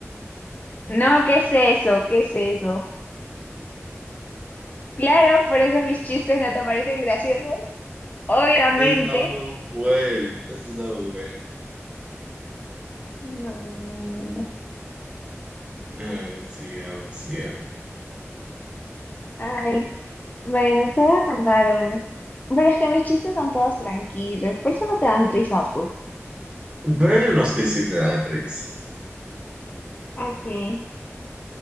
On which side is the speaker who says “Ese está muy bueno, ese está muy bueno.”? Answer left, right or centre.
Right